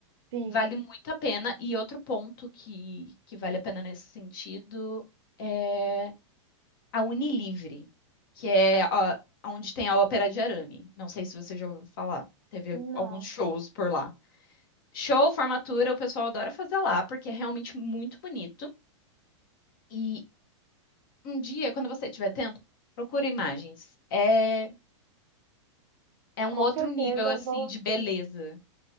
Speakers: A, on the right (about 60°); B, on the left (about 45°).
A: Sim,
B: Vale muito a pena. E outro ponto que, que vale a pena nesse sentido é a Unilivre, que é a- onde tem a Ópera de Arame. Não sei se você já ouviu falar. Teve
A: não.
B: alguns shows por lá. Show, formatura, o pessoal adora fazer lá, porque é realmente muito bonito. E um dia, quando você estiver tendo, procura imagens. É, é um
A: Com
B: outro
A: certeza
B: nível, assim,
A: eu vou.
B: de beleza.